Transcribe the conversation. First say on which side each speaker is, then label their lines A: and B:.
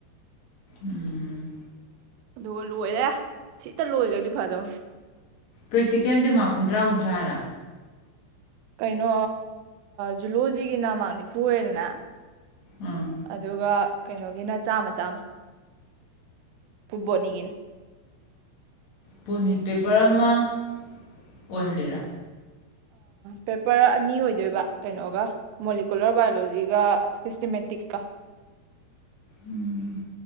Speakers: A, on the left; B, on the right.
A: ꯎꯝ
B: ꯑꯗꯨꯒ ꯂꯣꯏꯔꯦ ꯁꯤꯛꯇ ꯂꯣꯏꯈ꯭ꯔꯗꯤ ꯐꯗꯧꯅꯤ
A: ꯄ꯭ꯔꯦꯛꯇꯤꯀꯦꯜꯁꯦ ꯃꯥ ꯀꯨꯟꯊ꯭ꯔꯥ ꯀꯨꯟꯊ꯭ꯔꯥꯗ
B: ꯀꯩꯅꯣ ꯖꯨꯂꯣꯖꯤꯒꯤ ꯅꯃ ꯅꯤꯐꯨ ꯑꯣꯏꯔꯦꯗꯅ
A: ꯎꯝ
B: ꯑꯗꯨꯒ ꯀꯩꯅꯣꯒꯤꯅ ꯆꯥꯝꯃ ꯆꯥꯝꯃ ꯐꯨꯠꯕꯣꯠꯅꯤꯒꯤꯅ
A: ꯄꯅꯤ ꯄꯦꯄꯔ ꯑꯃ ꯑꯣꯏꯍꯜꯂꯤꯔꯥ
B: ꯄꯦꯄꯔ ꯑꯅꯤ ꯑꯣꯏꯗꯣꯏꯕ ꯀꯩꯅꯣꯒ ꯃꯣꯂꯤꯀꯨꯂꯔ ꯕꯥꯏꯑꯣꯂꯣꯖꯤꯒ ꯁꯤꯁꯇꯦꯃꯦꯇꯤꯛꯀ
A: ꯎꯝ